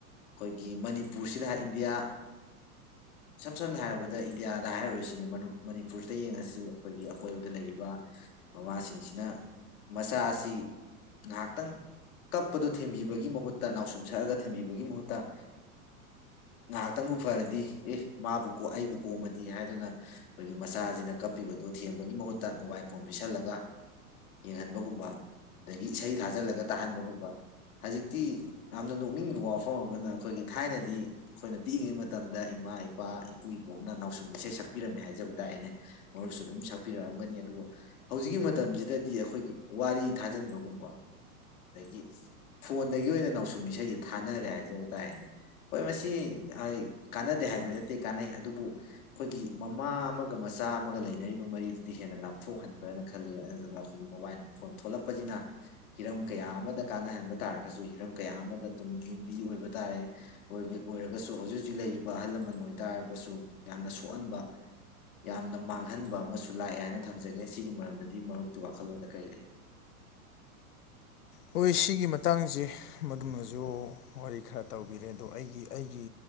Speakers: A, on the left; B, on the left.
A: ꯑꯩꯈꯣꯏꯒꯤ ꯃꯅꯤꯄꯨꯔꯁꯤꯗ ꯏꯟꯗꯤꯌꯥ ꯝ ꯁꯝꯅ ꯍꯥꯏꯔꯕꯗ ꯏꯟꯗꯤꯌꯥꯗ ꯍꯥꯏꯔꯨꯔꯤꯁꯤꯅꯤ ꯃꯅꯤꯄꯨꯔꯁꯤꯗ ꯌꯦꯡꯉꯁꯤ ꯑꯩꯈꯣꯏꯒꯤ ꯑꯀꯣꯏꯕꯗ ꯂꯩꯔꯤꯕ ꯃꯃꯥꯁꯤꯡꯁꯤꯅ ꯃꯆꯥ ꯑꯁꯤ ꯉꯍꯥꯛꯇꯪ ꯀꯞꯄꯗꯨꯣ ꯊꯦꯝꯕꯤꯕꯒꯤ ꯃꯍꯨꯠꯇ ꯅꯥꯎꯁꯨꯝ ꯁꯛꯑꯒ ꯊꯦꯝꯕꯤꯕꯒꯤ ꯃꯍꯨꯠꯇ ꯉꯥꯏꯍꯥꯛꯇꯪꯕꯨ ꯐꯔꯗꯤ ꯑꯦ ꯃꯥꯕꯨꯒꯣ ꯑꯩꯕꯨ ꯀꯣꯝꯃꯗꯤ ꯍꯥꯏꯗꯅ ꯑꯩꯈꯣꯏꯒꯤ ꯃꯆꯥꯁꯤꯅ ꯀꯞꯄꯤꯕꯗꯣ ꯊꯦꯝꯕꯒꯤ ꯃꯍꯨꯠꯇ ꯃꯣꯕꯥꯏꯜ ꯐꯣꯟ ꯄꯤꯁꯜꯂꯒ ꯌꯦꯡꯍꯟꯕꯒꯨꯝꯕ ꯑꯗꯒꯤ ꯏꯁꯩ ꯊꯥꯖꯤꯜꯂꯒ ꯇꯥꯍꯟꯕꯒꯨꯝꯕ ꯍꯧꯖꯤꯛꯇꯤ ꯌꯥꯝꯅ ꯅꯣꯛꯅꯤꯡꯕ ꯋꯥꯐꯝ ꯑꯃꯅ ꯑꯩꯈꯣꯏꯒꯤ ꯊꯥꯏꯅꯗꯤ ꯑꯩꯈꯣꯏꯅ ꯄꯤꯛꯉꯩ ꯃꯇꯝꯗ ꯏꯃꯥ ꯏꯄꯥ ꯏꯄꯨ ꯏꯕꯣꯛꯅ ꯅꯥꯎꯁꯨꯝ ꯏꯁꯩ ꯁꯛꯄꯤꯔꯝꯃꯦ ꯍꯥꯏꯖꯕ ꯇꯥꯢꯅꯦ ꯃꯔꯨꯞꯁꯨ ꯑꯗꯨꯝ ꯁꯛꯄꯤꯔꯛꯑꯝꯒꯅꯤ ꯑꯗꯨꯕꯨ ꯍꯧꯖꯤꯛꯀꯤ ꯃꯇꯝꯁꯤꯗꯗꯤ ꯑꯩꯈꯣꯏꯒꯤ ꯋꯥꯔꯤ ꯊꯥꯖꯤꯟꯕꯒꯨꯝꯕ ꯑꯗꯒꯤ ꯐꯣꯟꯗꯒꯤ ꯑꯣꯏꯅ ꯅꯥꯎꯁꯨꯝ ꯏꯁꯩꯁꯦ ꯊꯥꯅꯔꯦ ꯍꯥꯏꯖꯕ ꯇꯥꯅꯦ ꯍꯣꯏ ꯃꯁꯤ ꯀꯥꯟꯅꯗꯦ ꯍꯥꯏꯕ ꯅꯠꯇꯦ ꯀꯥꯟꯅꯩ ꯑꯗꯨꯕꯨ ꯑꯩꯈꯣꯏꯒꯤ ꯃꯃꯥ ꯑꯃꯒ ꯃꯆꯥ ꯑꯃꯒ ꯂꯩꯅꯔꯤꯕ ꯃꯔꯤꯗꯨꯗꯤ ꯍꯦꯟꯅ ꯂꯥꯞꯊꯣꯛꯍꯟꯕ꯭ꯔꯥꯅ ꯈꯜꯂꯤ ꯑꯗꯨꯅ ꯑꯩꯈꯣꯏꯒꯤ ꯃꯣꯕꯥꯏ ꯐꯣꯟ ꯊꯣꯛꯂꯛꯄꯁꯤꯅ ꯍꯤꯔꯝ ꯀꯌꯥ ꯑꯃꯗ ꯀꯥꯟꯅꯍꯟꯕ ꯇꯥꯔꯒꯁꯨ ꯍꯤꯔꯝ ꯀꯌꯥ ꯑꯃꯗ ꯇꯨꯡ ꯌꯨꯝꯕꯤ ꯑꯣꯏꯕ ꯇꯥꯔꯦ ꯑꯣꯏꯔꯒꯁꯨ ꯍꯧꯖꯤꯛ ꯍꯧꯖꯤꯛ ꯂꯩꯔꯤꯕ ꯑꯍꯜ ꯂꯃꯟ ꯑꯣꯏꯇꯥꯒꯁꯨ ꯌꯥꯝꯅ ꯁꯣꯛꯍꯟꯕ ꯌꯥꯝꯅ ꯃꯥꯡꯍꯟꯕ ꯑꯃꯁꯨ ꯂꯥꯛꯑꯦ ꯍꯥꯏꯅ ꯊꯝꯖꯒꯦ ꯁꯤꯒꯤ ꯃꯔꯝꯗꯗꯤ ꯃꯔꯨꯞꯀꯤ ꯋꯥꯈꯜꯂꯣꯟꯗ ꯀꯔꯤ ꯂꯩ
B: ꯍꯣꯏ ꯁꯤꯒꯤ ꯃꯇꯥꯡꯁꯦ ꯃꯔꯨꯞꯅꯁꯨ ꯋꯥꯔꯤ ꯈꯔ ꯇꯧꯕꯤꯔꯦ ꯑꯗꯣ ꯑꯩꯒꯤ ꯑꯩꯒꯤ